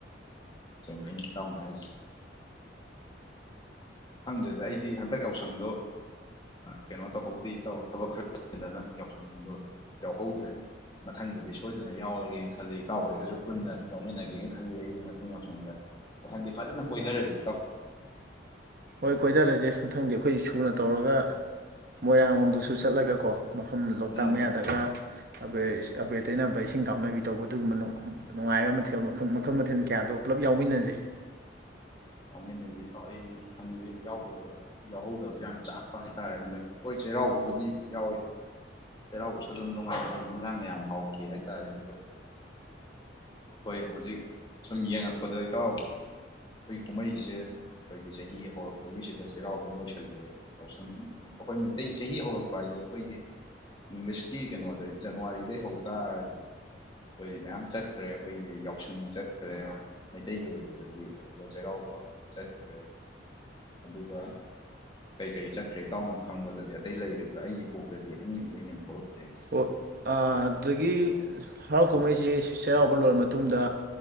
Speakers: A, on the left (about 25°); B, on the right (about 55°).
A: ꯆꯨꯝꯗ ꯇꯥꯎꯅ ꯍꯥꯏꯁꯦ ꯈꯪꯗ꯭ꯔꯗ ꯑꯩꯗꯤ ꯍꯟꯗꯛ ꯌꯥꯎꯁꯪꯗꯣ ꯀꯩꯅꯣ ꯇꯧꯍꯧꯗꯦ ꯏꯇꯧ ꯊꯕꯛ ꯈꯔꯗꯅ ꯌꯥꯎꯁꯪꯗꯣ ꯌꯥꯎꯍꯧꯗ꯭ꯔꯦ ꯃꯊꯪꯗꯗꯤ ꯁꯣꯏꯗꯅ ꯌꯥꯎꯔꯒꯦꯅ ꯈꯜꯂꯤ ꯏꯇꯥꯎ ꯑꯣꯏꯔꯒꯁꯨ ꯄꯨꯟꯅ ꯌꯥꯎꯃꯤꯟꯅꯒꯦꯅ ꯈꯜꯂꯤ ꯑꯩꯗꯤ ꯃꯊꯪ ꯌꯥꯎꯁꯪꯗ ꯃꯊꯪꯗꯤ ꯐꯖꯅ ꯀꯣꯏꯊꯔꯁ ꯏꯇꯥꯎ
B: ꯍꯣꯏ ꯀꯣꯏꯊꯔꯁꯦ ꯃꯊꯪꯗꯤ ꯑꯩꯈꯣꯏ ꯁꯨꯅ ꯇꯧꯔꯒ ꯃꯣꯏꯔꯥꯡ ꯂꯣꯝꯗꯁꯨ ꯆꯠꯂꯒꯀꯣ ꯃꯐꯝ ꯂꯣꯛꯇꯥꯛ
A: ꯎꯝ
B: ꯃꯌꯥꯗꯒ ꯕꯦ ꯑꯕꯦꯔ ꯇꯩꯅꯕ ꯏꯁꯤꯡ ꯀꯥꯞꯅꯕꯤ ꯇꯧꯕ ꯑꯗꯨꯒꯨꯝꯕ ꯅꯨꯡꯉꯥꯏꯕ ꯃꯊꯦꯜ ꯃꯈꯜ ꯃꯊꯦꯜ ꯀꯌꯥꯗꯣ ꯄꯨꯂꯞ ꯌꯥꯎꯃꯤꯟꯅꯖꯩ
A: ꯌꯥꯎꯃꯤꯟꯅꯁꯤ ꯇꯥꯎ ꯑꯩꯅꯦ ꯁꯪꯁ ꯌꯥꯎꯗꯕ ꯌꯥꯎꯍꯧꯗꯕꯁꯨ ꯌꯥꯝ ꯆꯥꯛꯄ ꯍꯥꯏꯇꯥꯔꯦ ꯍꯟꯗꯛꯁ ꯍꯣꯏ ꯆꯩꯔꯥꯎꯕꯕꯨꯗꯤ ꯌꯥꯎꯋꯤ ꯆꯩꯔꯥꯎꯕꯁꯨ ꯑꯗꯨꯝ ꯅꯨꯡꯉꯥꯏꯈꯤ ꯍꯟꯁꯥꯡꯅ ꯌꯥꯝ ꯍꯥꯎꯈꯤ ꯍꯥꯏꯇꯥꯔꯦ ꯑꯗꯣ ꯍꯣꯏ ꯍꯧꯖꯤꯛ ꯁꯨꯝ ꯌꯦꯡꯉꯛꯄꯗꯩꯇꯥꯎ ꯑꯩ ꯀꯨꯝꯍꯩꯁꯦ ꯑꯩꯈꯣꯏꯒꯤ ꯆꯍꯤ ꯍꯧꯔꯛꯄꯒꯤꯁꯤꯗ ꯆꯩꯔꯥꯎꯕ ꯂꯣꯏꯁꯤꯜꯂꯛꯑꯦ ꯌꯥꯎꯁꯪ ꯑꯩꯈꯣꯏ ꯃꯩꯇꯩ ꯆꯍꯤ ꯍꯧꯔꯛꯄ ꯍꯥꯏꯗꯤ ꯑꯩꯈꯣꯏꯒꯤ ꯏꯪꯂꯤꯁꯀꯤ ꯀꯩꯅꯣꯗꯩ ꯖꯅꯋꯥꯔꯤꯗꯩ ꯍꯧꯇꯥꯥꯔꯗꯤ ꯑꯩꯈꯣꯏ ꯃꯌꯥꯝ ꯆꯠꯈ꯭ꯔꯦ ꯑꯩꯈꯣꯏꯒꯤ ꯌꯥꯎꯁꯪ ꯆꯠꯈ꯭ꯔꯦ ꯃꯩꯇꯩꯒꯤ ꯑꯣꯏꯕꯗꯗꯤ ꯑꯗꯨꯒ ꯆꯩꯔꯥꯎꯕ ꯆꯠꯇ꯭ꯔꯦ ꯑꯗꯨꯒ ꯑꯗꯨꯒ ꯀꯩꯀꯩ ꯆꯠꯈ꯭ꯔꯦ ꯏꯇꯥꯎꯅ ꯈꯪꯕꯗꯗꯤ ꯑꯇꯩ ꯂꯩꯔꯤꯕ꯭ꯔꯥ ꯑꯩꯒꯤ ꯀꯣꯛꯇꯗꯤ ꯑꯅꯤꯗꯨꯗꯒꯤꯩ ꯍꯦꯟ ꯊꯣꯛꯂꯛꯇ꯭ꯔꯦ
B: ꯑꯣ ꯑꯗꯨꯗꯒꯤ ꯍꯔꯥꯎ ꯀꯨꯝꯍꯩꯁꯤꯦ ꯆꯩꯔꯥꯎꯕ ꯂꯣꯏꯔꯕ ꯃꯇꯨꯡꯗ